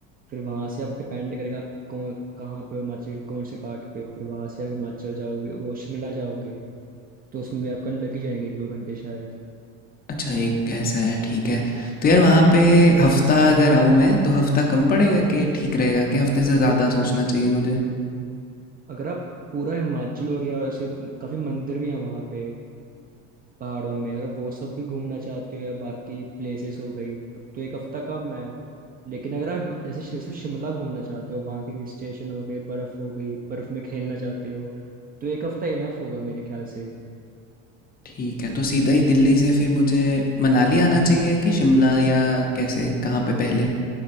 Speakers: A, on the right; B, on the left.
A: फिर वहाँ से आप डिपेंड करेगा आप कौन कहाँ पे हो हिमाचल के कौन से पार्ट पे हो फिर वहाँ से आप हिमाचल जाओगे वो शिमला जाओगे तो उसमें भी आपका लग ही जाएंगे एक दो घंटे शायद
B: अच्छा एक ऐसा है ठीक है तो यार वहाँ पे हफ्ता अगर आऊँ मैं तो हफ्ता कम पड़ेगा कि ठीक रहेगा कि हफ्ते से ज़्यादा सोचना चाहिए मुझे
A: अगर आप पूरा हिमाचल हो गया और ऐसे काफ़ी मंदिर भी हैं वहाँ पे पहाड़ों में अगर आप वो सब भी घूमना चाहते हो या बाकी प्लेसेस हो गई तब तो एक हफ्ता कम है लेकिन अगर आप हिमा- जैसे शि- सिर्फ शिमला घूमना चाहते हो वहाँ के हिल स्टेशन हो गए बर्फ़ हो गई बर्फ़ में खेलना चाहते हो तो एक हफ्ता इनफ होगा मेरे ख्याल से
B: ठीक है तो सीधा ही दिल्ली से फिर मुझे मनाली आना चाहिए कि शिमला या कैसे कहाँ पे पहले